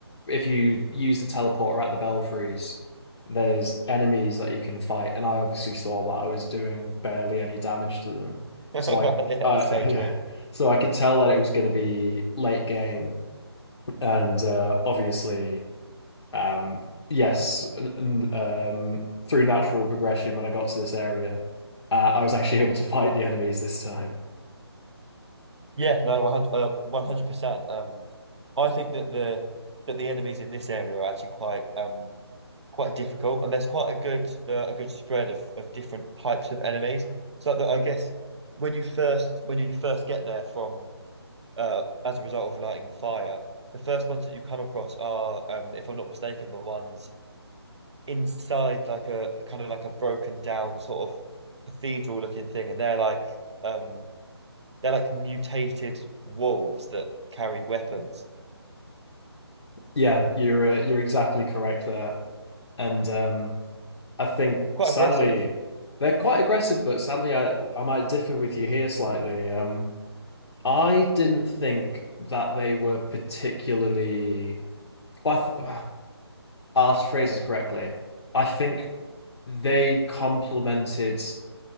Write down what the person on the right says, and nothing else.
Yeah,
that's
so
true.
Yeah, no, 100, uh, 100%. Um, I think that the that the enemies in this area are actually quite um quite difficult, and there's quite a good uh, a good spread of, of different types of enemies. So that I guess when you first when you first get there from uh as a result of lighting the fire, the first ones that you come across are, um, if I'm not mistaken, the ones inside like a kind of like a broken down sort of cathedral looking thing, and they're like um they're like mutated wolves that carry weapons.
Quite
aggressive.